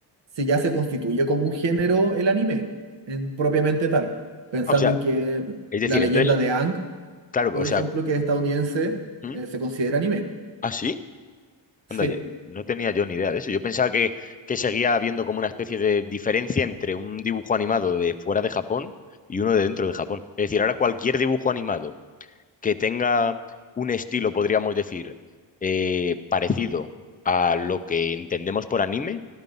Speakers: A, on the right; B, on the left.
A: se ya se constituye como un género el anime, en- propiamente tal. Pensando
B: ah, o sea,
A: en que
B: es decir,
A: la leyenda
B: entonces,
A: de Aang,
B: claro,
A: por
B: o sea,
A: ejemplo, que es estadounidense,
B: ¿hmm?
A: eh, se considera anime.
B: ¿Ah, sí?
A: Sí,
B: Anda, yo no tenía yo ni idea de eso. Yo pensaba que, que seguía habiendo como una especie de diferencia entre un dibujo animado de fuera de Japón y uno de dentro de Japón. Es decir, ahora cualquier dibujo animado que tenga un estilo, podríamos decir, eh, parecido a lo que entendemos por anime,